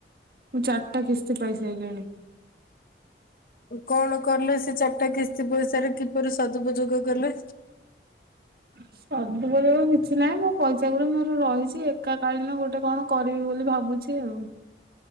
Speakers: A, on the right; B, on the left.
A: ମୁଁ ଚାରିଟା କିସ୍ତି ପାଇସାରିଲିଣି
B: କଣ କଲେ ସେ ଚାରିଟା କିସ୍ତି ପଇସାରେ କିପରି ସଦୁପଯୋଗ କଲେ
A: ସଦୁପ ଯୋଗ କିଛି ନାହିଁ ମୋ ପଇସା ଗୁଡା ମୋର ରହିଛି ଏକାକାଳୀନ ଗୋଟେ କଣ କରିବି ବୋଲି ଭାବୁଛି ଆଉ